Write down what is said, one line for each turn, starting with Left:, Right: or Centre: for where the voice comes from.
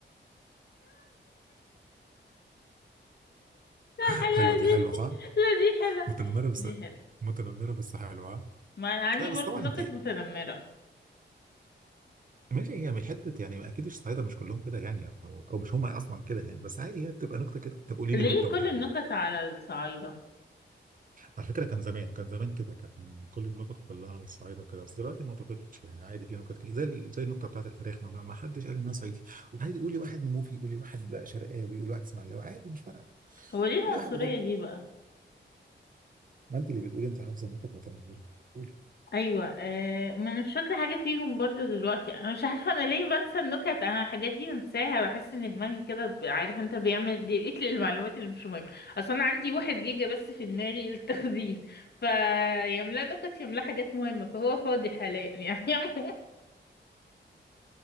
Left: <laughs> لا
Right: <laughs>
Left: حلوة
Right: حلوه دي
Left: دي
Right: حلوه صح
Left: لا دي حلوة
Right: متنمره بس
Left: دي حلوة
Right: متنمره بس حلوه ها؟
Left: ما أنا عندي
Right: لا بس
Left: برضه
Right: طبعا
Left: نكت
Right: انت
Left: متنمرة
Right: ماشي هي مش حته يعني اكيد الصعايده مش كلهم كده يعني او او مش هم اصلا كده يعني بس عادي هي بتبقى نكته كده طب قولي
Left: ليه
Right: لي نكته
Left: كل
Right: متنمره
Left: النكت على الصعايدة
Right: على فكره كان زمان كان زمان كده كان كل النكت كلها على الصعايده كده بس دلوقتي ما اعتقدش يعني عادي في نكت كتير زي ال- زي النكته بتاعت الفراخ ما, ما حدش قال انها صعيدي وعادي قولي واحد منوفي قولي واحد شرقاوي قولي واحد اسماعيلاوي عادي مش فارقه
Left: هو ليه العنصرية
Right: قولي واحد غبي
Left: دي بقى
Right: ما انت اللي بتقولي انت حافظه نكت متنمره قولي
Left: أيوة آه ما أنا مش فاكرة حاجة فيهم برضه دلوقتي أنا مش عارفة أنا ليه بنسى النكت أنا الحاجات دي بنساها بحس إن دماغي كده ب- عارف أنت بيعمل ديليت للمعلومات اللي مش مهمة أصل أنا عندي واحد جيجا بس في دماغي للتخزين فيملا نكت يملا حاجات مهمة فهو فاضي حاليا يعني <laughs>